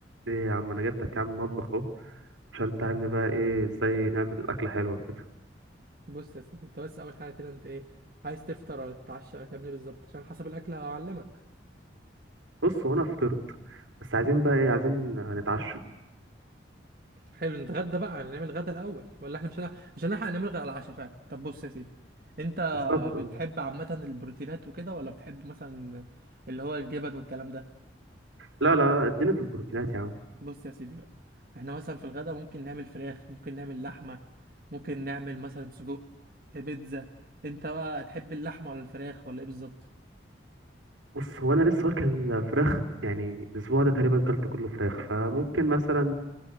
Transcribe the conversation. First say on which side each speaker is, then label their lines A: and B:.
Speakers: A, on the right (about 85°); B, on the right (about 50°).
A: ايه يا عم انا جبتك يا عم مطبخ اهو عشان تعلمني بقى ايه ازاي نعمل اكله حلوه كده
B: بص يا سيدي انت بس اول حاجه كده انت ايه عايز تفطر ولا تتعشى ولا تعمل ايه بالظبط عشان حسب الاكل هعلمك
A: بص هو انا فطرت بس عايزين بقى ايه عايزين نتعشى
B: حلو نتغدى بقى نعمل غدا الاول ولا احنا مش هنح... مش هنلحق نعمل غدا على العشاء فعلا طب بص يا سيدي انت
A: بالظبط اه
B: بتحب عامه البروتينات وكده ولا بتحب مثلا اللي هو الجبن والكلام ده
A: لا لا ادينا في البروتينات يا عم
B: بص يا سيدي بقى احنا مثلا في الغدا ممكن نعمل فراخ ممكن نعمل لحمه ممكن نعمل مثلا سجق بيتزا انت بقى تحب اللحمه ولا الفراخ ولا ايه بالظبط
A: بص هو انا لسه واكل فراخ يعني الاسبوع ده تقريبا كلت كله فراخ فممكن مثلا